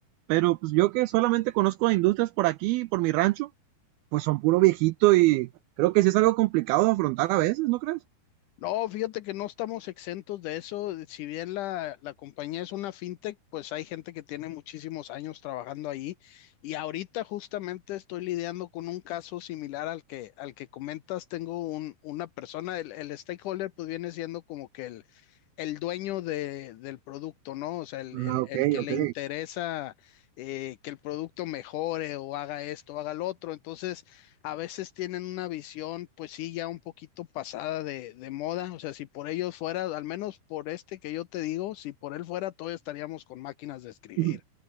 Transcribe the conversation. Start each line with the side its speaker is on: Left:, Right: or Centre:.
Right: Pero pues yo que solamente conozco a industrias por aquí, por mi rancho, pues son puro viejito y creo que sí es algo complicado de afrontar a veces, ¿no crees?
Left: No, fíjate que no estamos exentos de eso. Si bien la, la compañía es una fintech, pues hay gente que tiene muchísimos años trabajando ahí. Y ahorita justamente estoy lidiando con un caso similar al que, al que comentas. Tengo un- una persona, el, el stakeholder, pues viene siendo como que el, el dueño de- del producto, ¿no? O sea, el, el-
Right: Ah, ok,
Left: el que le
Right: ok.
Left: interesa eh, que el producto mejore o haga esto, haga lo otro. Entonces a veces tienen una visión, pues sí, ya un poquito pasada de, de moda. O sea, si por ellos fuera, al menos por este que yo te digo, si por él fuera, todavía estaríamos con máquinas de escribir.
Right: <laughs>